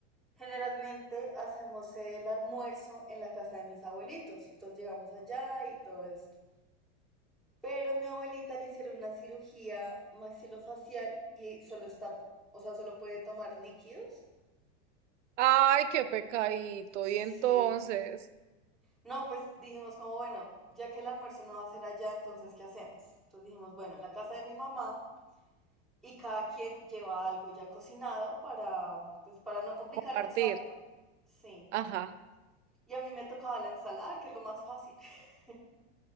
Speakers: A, in the centre; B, on the right.
A: generalmente hacemos el almuerzo en la casa de mis abuelitos y todos llegamos allá y todo esto. Pero a mi abuelita le hicieron una cirugía maxilofacial y solo está, pu- o sea, solo puede tomar líquidos.
B: Ay, qué pecadito.
A: Sí.
B: Y entonces,
A: No, pues dijimos como, bueno, ya que el almuerzo no va a ser allá, entonces, ¿qué hacemos? Entonces dijimos, bueno, en la casa de mi mamá y cada quien lleva algo ya cocinado para, pues, para no complicarnos
B: compartir.
A: tanto. Sí.
B: Ajá.
A: Y a mí me tocaba la ensalada, que es lo más fácil. <laughs>